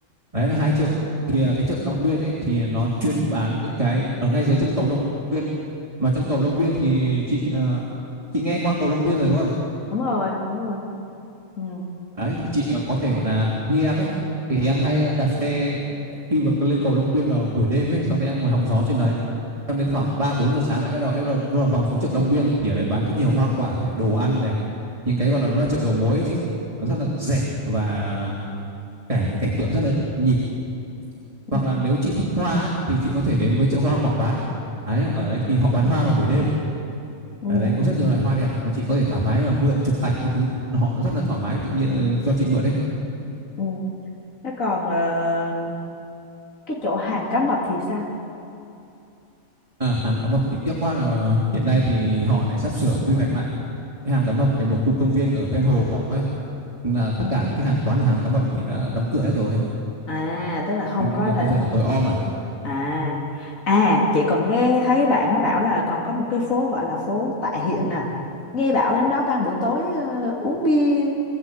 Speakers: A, on the right; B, on the left.
A: đấy là hai chợ thì à, cái chợ Long Biên ấy thì nó chuyên bán những cái ở ngay dưới chân cầu Long Biên mà chân cầu Long Biên thì chị ờ, chị nghe qua cầu Long Biên rồi đúng không
B: đúng rồi đúng rồi ừ
A: Đấy, thì chị ờ, có thể gọi là như em ấy thì em hay ờ, đạp xe đi vào lên cầu Long Biên vào buổi đêm ấy sau đấy em ngồi hóng gió trên đấy xong đến khoảng ba bốn giờ sáng lại bắt đầu em là bắt vòng xuống chợ Long Biên thì ở đấy bán rất nhiều hoa quả đồ ăn này những cái gọi là nó là chợ đầu mối ấy chị nó rất là rẻ và cảnh cảnh tượng rất là nhịp hoặc
B: ừ
A: là nếu chị thích hoa ấy, thì chị có thể đến với chợ hoa Quảng Bá đấy, ở đấy thì họ bán hoa vào buổi đêm
B: ừ
A: ở đấy có rất nhiều loại hoa đẹp mà chị có thể thoải mái là mượn chụp ảnh các thứ họ rất là thoải mái tự nhiên ờ, do chị mượn đấy
B: ừ thế còn ờ, cái chỗ hàm cá mập thì sao
A: À, hàm cá mập thì tiếc quá là hiện nay thì họ lại sắp sửa quy hoạch lại cái hàm cá mập thành một khu công viên ở ven hồ ấy là tất
B: ừ.
A: cả các cái hàng quán ở hàm cá mập thì đã đóng cửa hết rồi
B: à tức là không
A: Thế nên
B: có
A: là bây
B: thể
A: giờ là tối om à
B: à à chị còn nghe thấy bạn nó bảo là còn có một cái phố gọi là phố Tạ Hiện à nghe bảo đến đó ban buổi tối ờ, uống bia